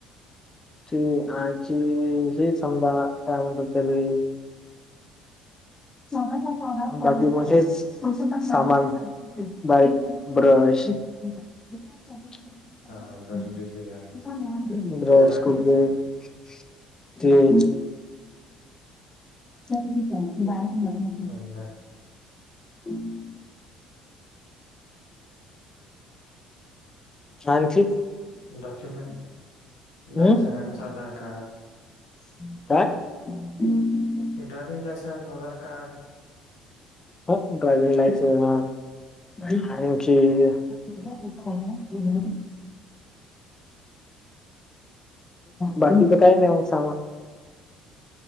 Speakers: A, on the left (about 20°); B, on the left (about 80°).
A: ते आची हे समजा काय म्हणतात त्यारी म्ह सामान बाई ब्रश <unintelligible>
B: हां, ब्रश-ब्रिश बी घ्या ना. ते तर लागतेच.
A: हम <unintelligible>
B: अन्
A: आणखी?
B: डॉक्युमेंट,
A: हम्म
B: लासेन्स, आधार कार्ड
A: ह
B: ड्राविंग लायसेन्स, आधार कार्ड
A: हा ड्रायविंग ला ह आणिची, <unintelligible> बाकीच काही नाही मग सामा.